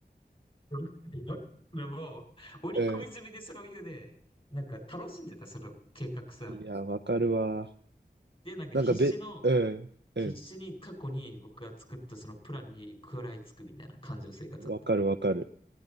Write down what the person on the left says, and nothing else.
やでも、織り込み済みでそういうね、
なんか楽しんでた、その計画さ。
で、なんか必死の、
必死に過去に僕が作ったそのプランに食らいつくみたいな感じの生活だった。